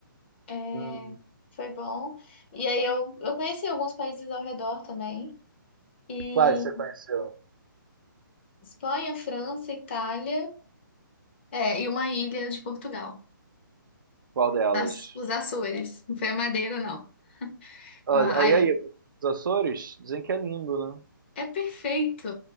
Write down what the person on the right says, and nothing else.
Hum,
quais você conheceu?
Qual delas?
Ah,
e aí, os Açores? Dizem que é lindo, né?